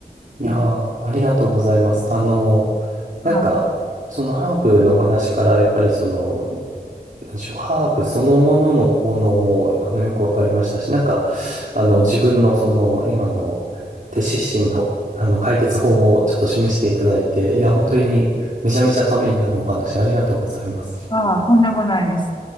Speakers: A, on the right (about 50°); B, on the left (about 30°).
A: いやー、ありがとうございます。あの、
B: はい。
A: なんか、そのハーブの話から、やっぱりその、なんでしょう、ハーブそのものの効能も、あの、よくわかりましたし、なんか、あの、
B: うん
A: 自分のその、今の、手指針の、あの、解決法もちょっと示していただいて、いや、本当に、めちゃめちゃためになるお話、ありがとうございます。
B: ああ、とんでもないです。